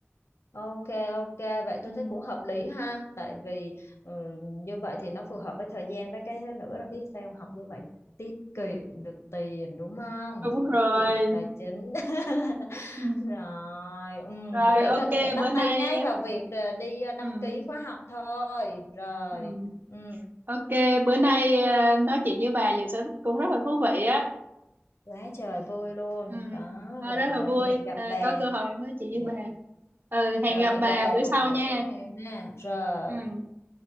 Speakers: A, on the left; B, on the right.
A: Ok ok vậy tôi
B: ừ,
A: thấy cũng hợp lý ha tại vì ừ, như vậy thì nó phù hợp với thời gian với cái thứ nữa là biết sao không? học như vậy tiết kiệm được tiền đúng không
B: đúng rồi
A: tiết kiệm được tài chính <laughs>
B: ừ.
A: Rồi, ừm,
B: rồi
A: tôi nghĩ
B: ok
A: là tôi phải bắt
B: bữa nay
A: tay ngay vào việc ờ, đi ờ, đăng
B: ừ,
A: ký khóa học thôi. Rồi,
B: ừ.
A: ừ,
B: ok bữa nay ờ, nói chuyện với bà về sở thích cũng rất là thú vị á
A: quá trời vui luôn.
B: ừ.
A: Đó,
B: ờ, rất
A: rồi
B: là vui
A: hẹn gặp
B: à,
A: bè.
B: có cơ hội nói chuyện với
A: Dạ.
B: bà ừ hẹn
A: Rồi
B: gặp
A: hẹn
B: bà
A: gặp bè
B: bữa
A: một
B: sau
A: bữa
B: nha
A: nào ha. Rồi.
B: ừ